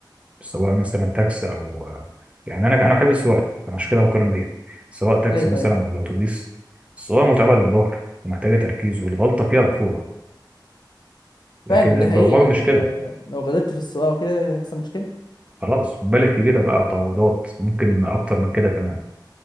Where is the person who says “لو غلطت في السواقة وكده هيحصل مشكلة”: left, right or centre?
Left